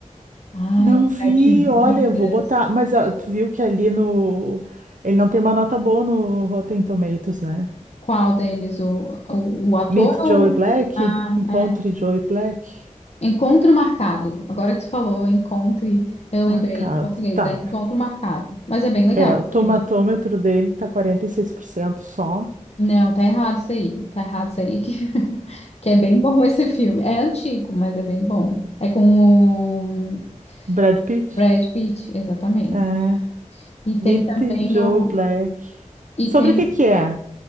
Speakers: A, on the left; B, on the right.
A: Ai,
B: Não
A: Sete
B: vi,
A: Vidas.
B: olha, eu vou botar. Mas ah, tu viu que ali no. Ele não tem uma nota boa no Rotten Tomatoes, né?
A: Qual deles? O, o, o ator
B: Meet
A: ou.
B: Joey Black,
A: Ah,
B: encontre
A: é.
B: Joey Black,
A: Encontro Marcado. Agora que tu falou, encontre. Eu lembrei
B: marcado.
A: em português,
B: Tá.
A: é Encontro Marcado. Mas é bem legal
B: É, o
A: esse
B: tomatômetro
A: filme.
B: dele tá 46% só.
A: Não, tá errado isso aí. Tá errado isso aí. Que, <laughs> que é bem bom esse filme. É antigo, mas é bem bom. É com o
B: Brad Pitt.
A: Brad Pitt, exatamente.
B: É,
A: E tem
B: Meet
A: também
B: Joey
A: o.
B: Black.
A: E
B: Sobre
A: tem.
B: o que que é?